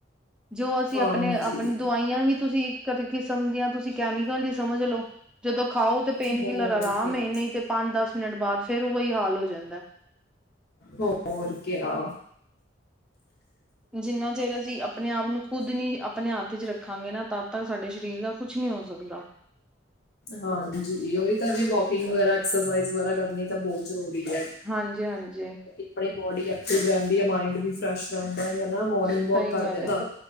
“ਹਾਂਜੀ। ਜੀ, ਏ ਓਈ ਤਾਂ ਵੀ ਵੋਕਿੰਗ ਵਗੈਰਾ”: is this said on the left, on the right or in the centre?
Left